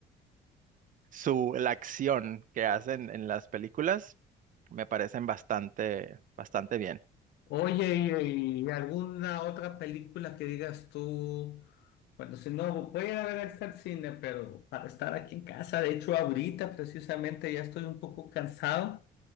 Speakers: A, on the right (about 50°); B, on the left (about 80°).
A: su, la acción que hacen en las películas. Me parecen bastante, bastante bien.
B: Oye, ¿y, y alguna otra película que digas tú? Bueno, si no, voy a ir a ver esta al cine, pero para estar aquí en casa, de hecho, ahorita precisamente ya estoy un poco cansado